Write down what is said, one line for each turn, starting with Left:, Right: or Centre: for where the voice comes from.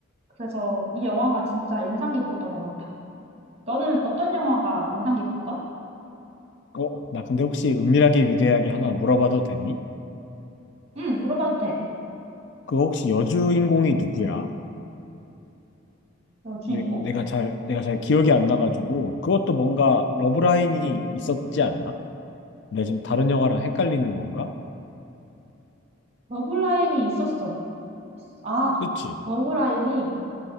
Right: 그래서 이 영화가 진짜 인상 깊었던 것 같아. 너는 어떤 영화가 인상 깊었어?
Left: 어, 나 근데 혹시 은밀하게 위대하게 하나 물어봐도 되니?
Right: 응, 물어봐도 돼.
Left: 그거 혹시 여주인공이 누구야?
Right: 여주인공?
Left: 내, 내가 잘, 내가 잘 기억이 안 나가지고 그것도 뭔가 러브라인이 있었지 않나? 내가 지금 다른 영화랑 헷갈리는 건가?
Right: 러브라인이 있었어. 있- 아,
Left: 그치?
Right: 러브라인이